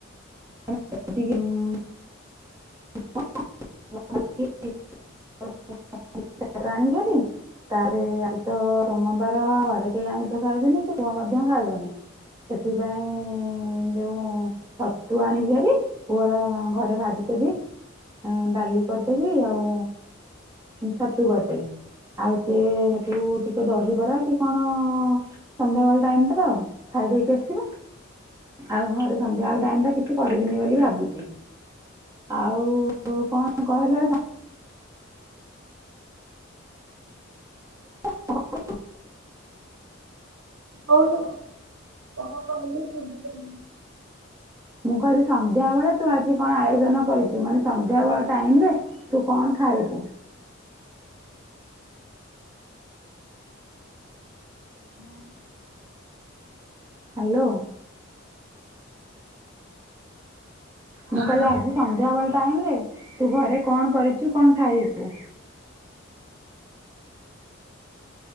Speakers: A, on the right; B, on the right.
A: <unintelligible> ରାଣ ହେରି। ତାପରେ ଆଜି ତ ସୋମବାର ଘରେ କେହି ଆଇଁଷ ଖାଇବେନି। କି ପୁଅ ମଧ୍ୟ ଖାଇବନି। ସେଥିପାଇଁ ଯୋଉ ଛତୁଆ ଆଣିବି ହାରି ପୁଅର ଘରେ ଭାଜିଦେବି। ଡାଲି କରିଦେବି। ଆଉ ଛତୁ କରିଦେବି। ଆଉ ସିଏ ସେଠୁ ଟିକେ ଦହିବରା କି କଣ ସନ୍ଧ୍ୟାବେଳ ଟାଇମ୍ ଟାର ଖାଇ ଦେଇକି ଆସିବ। ଆଉ ଘରେ ସନ୍ଧ୍ୟା ବେଳ ଟାଇମ୍ ଟା କିଛି କରିବିନି ବୋଲି ଭାବୁଛି। ଆଉ କଣ କହିଲା <unintelligible> <inaudible>
B: ହଉ ତା <unintelligible>
A: ମୁଁ କହିଲି ସନ୍ଧ୍ୟା ବେଳେ ତୁ ଆଜି କଣ ଆୟୋଜନ କରିଚୁ ମାନେ ସନ୍ଧ୍ୟା ବଳ ଟାଇମ ରେ ତୁ କଣ ଖାଇୁ ହ
B: ହଁ।
A: ହ୍ୟାଲୋ। ମୁଁ
B: ଆଣ
A: କହିଲି ଆଜି ସନ୍ଧ୍ୟାବେେଳେ ଟାଇମରେ ତୁ ଘରେ କଣ କରିଚୁ କଣ ଖାଇବୁ?